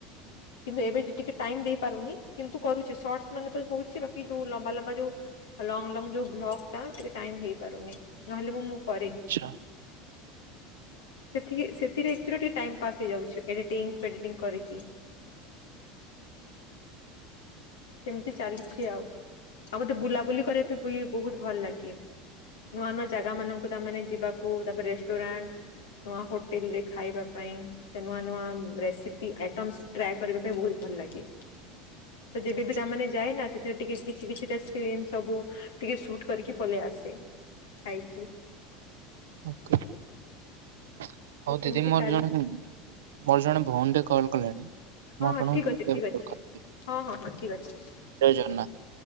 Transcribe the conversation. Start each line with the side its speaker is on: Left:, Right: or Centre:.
Left: କିନ୍ତୁ ଏବେ ଟିକେ ଟାଇମ୍ ଦେଇ ପାରୁନି। କିନ୍ତୁ କରୁଛି ସଟସ୍ ମାନେ ତ ହଉଛି। ବାକି ଯୋଉ ଲମ୍ବା ଲମ୍ବା ଯୋଉ ଲଙ୍ଗ ଲଙ୍ଗ ଯୋଉ ବ୍ଲଗ୍ ଆଁ ଟିକେ ଟାଇମ୍ ହେଇପାରୁନି। ନହେଲେ ମୁଁ ମୁଁ କରେ।
Right: ଆଚ୍ଛା
Left: ସେଥି ସେଥିରେ ଆକଚୁଆଲି ଟିକେ ଟାଇମ୍ ପାସ୍ ହେଇଯାଉଚି। ଏଡିଟିଂ ଫେଡିଟିଂ କରିକି। ସେମିତି ଚାଲିଛି ଆଉ। ଆଉ ମତେ ବୁଲାବୁଲି କରିବାକୁ ବି ବହୁତ ଭଲ୍ ଲାଗେ। ନୂଆ ନୂଆ ଜାଗା ମାନଙ୍କୁ ତାମାନେ ଯିବାକୁ ତାପରେ ରେଷ୍ଟୁରାଣ୍ଟ ନୂଆ ହୋଟେଲ ରେ ଖାଇବା ପାଇଁ ନୂଆ ନୂଆ ରେସିପି ଆଇଟମସ୍ ଟ୍ରାଏ କରିବା ପାଇଁ ବହୁତ ଭଲ ଲାଗେ। ତ ଯେବେ
Right: ଆଚ୍ଛା
Left: ବିି ତାମାନେ ଯାଏ ନା ସେଥିରେ ଟିକେ କିଛି କିଛିଟା ସ୍କ୍ରିନ୍ ସବୁ ଟିକେ ସୁଟ୍ କରିକି ପଳେଇ ଆସେ ଖାଇକି।
Right: ଓକେ। ହଉ
Left: ତ ସେମିତି
Right: ଦିଦି ମୋର
Left: ଚାଲିଛି
Right: ଜଣେ ମୋର ଜଣେ ଭଉଣୀ ଟେ କଲ୍ କଲେଣି।
Left: ହଁ
Right: ମୁଁ ଆପଣଙ୍କୁ
Left: ହଁ ଠିକ୍ ଅଛି
Right: ପରେ
Left: ଠିକ୍ ଅଛି।
Right: କଲ୍ କରିବି।
Left: ହଁ ହଁ ହଁ ଠିକ୍ ଅଛି।
Right: ଜୟ ଜଗନ୍ନାଥ।